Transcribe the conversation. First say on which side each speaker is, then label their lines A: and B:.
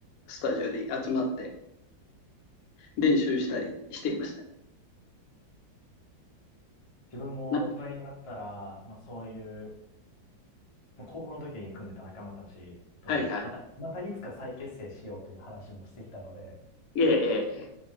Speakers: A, on the left; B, on the left.
A: スタジオに集まって練習したりしていました。
B: 自分も大人になったら、
A: な
B: まあそういう、まあ高校の時に組んでた仲間たちと、
A: はいはい。
B: また、またいつか再結成しようという話もしてきたので、
A: ええ、ええ、ええ